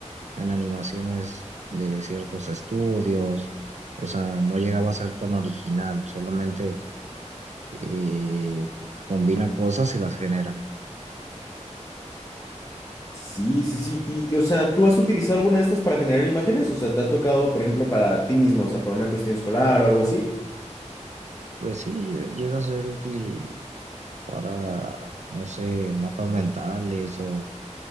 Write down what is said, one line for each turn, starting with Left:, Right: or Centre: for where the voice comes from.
Right: en animaciones de ciertos estudios, o sea, no llegaba a ser tan original, solamente eh, combina cosas y las genera.
Left: Sí, sí, sí. Y, y, o sea, ¿tú has utilizado alguna de estas para generar imágenes? O sea, ¿te ha tocado, por ejemplo, para ti mismo, o sea, para una cuestión escolar o algo así?
Right: Pues sí, lle- llega a ser útil para, no sé, mapas mentales o